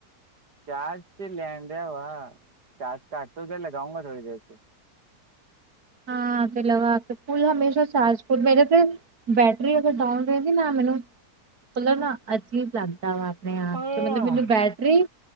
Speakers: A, on the right (about 85°); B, on the right (about 70°).
A: ਚਾਰਜ ਚ ਲੈਣ ਡਿਆ ਵਾ, ਚਾਰਜ ਘੱਟ ਹੋਊਗਾ ਲਗਾਉ ਥੋੜੀ ਦੇਰ ਚ।
B: ਹਾਂ ਤੇ ਲਵਾ ਕੇ ਫੂਲ ਹਮੇਸ਼ਾ ਚਾਰਜ ਮੇਰੇ ਤੇ। ਬੈਟਰੀ ਅਗਰ ਡਾਊਨ ਰਹੇਗੀ ਨਾਂ ਮੈਨੂੰ, ਮਤਲਬ ਨਾਂ ਅਜੀਬ ਲੱਗਦਾ ਵਾ। ਹਂ, ਆ
A: ਆਹ,
B: ਤੂੰ ਮੈਨੂੰ, ਮੈਨੂੰ battery.